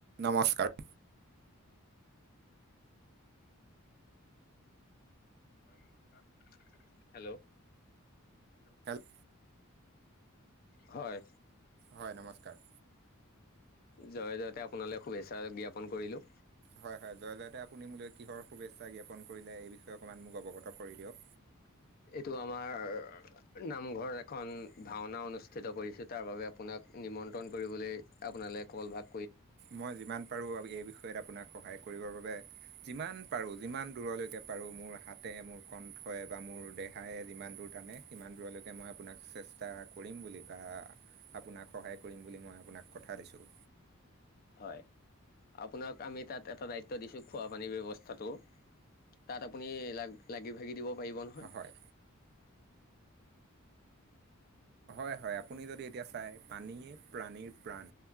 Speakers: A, on the right; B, on the left.
A: নমস্কাৰ।
B: হয়, নমস্কাৰ। হেল্ল'
A: হেলেপ
B: হয়।
A: হয়, নমস্কাৰ।
B: জয় জয়তে আপোনালে শুভেচ্ছা জ্ঞাপন কৰিলোঁ।
A: হয় হয় জয় জয়তে আপুনি মোলৈ কিহৰ শুভেচ্ছা জ্ঞাপন কৰিলে এই বিষয়ে অকণমান মোক অৱগত কৰি দিয়ক।
B: এইটো আমাৰ নামঘৰ এখন ভাওনা অনুষ্ঠিত কৰিছোঁ, তাৰ বাবে আপোনাক নিমন্ত্ৰণ কৰিবলে আপোনালে কলভাগ
A: মই যিমান বাৰু আমি এই বিষয়ত আপোনাক সহায় কৰিবৰ বাবে যিমান পাৰোঁ। যিমান দূৰলৈকে পাৰোঁ, মোৰ হাতে মোৰ কণ্ঠই বা মোৰ দেহাই যিমান দূৰ টানে, সিমান দূৰলৈকে মই আপোনাক চেষ্টা কৰিম বুলি কিবা আপোনাক সহায় কৰিম বুলি, মই আপোনাক কথা দিছোঁ।
B: হয়, আপোনাক আমি তাত এটা দায়িত্ব দিছোঁ, খোৱাপানী ব্যৱস্থাটো। তাত, আপুনি লাগ লাগি ভাগি দিব পাৰিব নহয়।
A: হয় হয়, হয়। আপুনি যদি এতিয়া চাই পানীয়ে প্ৰাণীৰ প্ৰাণ